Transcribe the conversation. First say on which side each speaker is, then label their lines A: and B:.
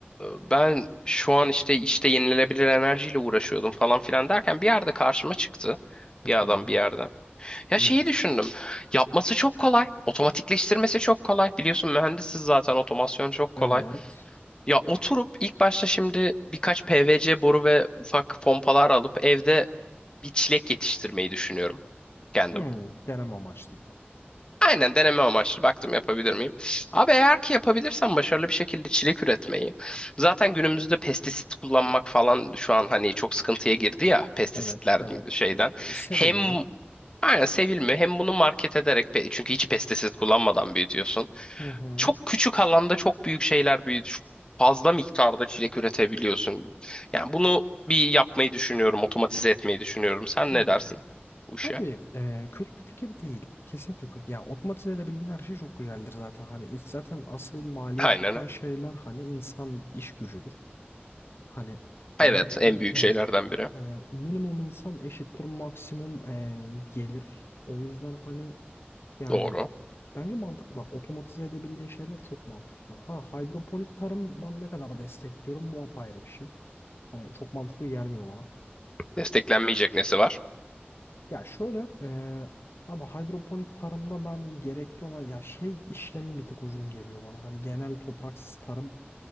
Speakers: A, on the left; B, on the left.
A: ben şu an işte işte yenilenebilir enerjiyle uğraşıyordum falan filan derken bir yerde karşıma çıktı.
B: Hı
A: Bir
B: hı.
A: adam bir yerde. Ya
B: Evet.
A: şeyi düşündüm. Yapması çok kolay. Otomatikleştirmesi çok kolay. Biliyorsun mühendisiz zaten otomasyon çok kolay.
B: Evet.
A: Ya oturup ilk başta şimdi birkaç PVC boru ve ufak pompalar alıp evde bir çilek yetiştirmeyi düşünüyorum kendim.
B: Hı, deneme amaçlı gibi.
A: Aynen deneme amaçlı baktım yapabilir miyim? Abi eğer ki yapabilirsem başarılı bir şekilde çilek üretmeyi. Zaten günümüzde pestisit kullanmak falan şu an hani çok sıkıntıya girdi ya pestisitler
B: Evet evet.
A: şeyden.
B: Ee, sevilmiyor.
A: Hem aynen sevilmiyor hem bunu market ederek pe- çünkü hiç pestisit kullanmadan büyütüyorsun.
B: Hı
A: Çok küçük alanda çok büyük şeyler büyüt fazla miktarda çilek üretebiliyorsun. Yani bunu bir yapmayı düşünüyorum, otomatize etmeyi düşünüyorum. Sen
B: hı.
A: ne dersin bu işe?
B: Abi e, kötü bir fikir değil. Kesinlikle kötü. Ya otomatize edebildiğin her şey çok güzeldir zaten. Hani iş- zaten asıl maliyet
A: Aynen.
B: tutan şeyler hani insan iş gücüdür. Hani eğer
A: Evet,
B: ki-
A: en büyük
B: yani
A: şeylerden biri.
B: e, minimum insan eşittir maksimum e, gelir. O yüzden hani yani
A: Doğru.
B: bence mantıklı. Bak otomatize edebildiğin şeyler çok mantıklı. Ha hidroponik tarım ben ne kadar destekliyorum bu apayrı bir şey. Hani çok mantıklı gelmiyor bana.
A: Desteklenmeyecek nesi var?
B: Ya şöyle eee abi hidroponik tarımda ben gerekli olan ya şey işlemi bir tık uzun geliyor bana. Hani genel topraksız tarım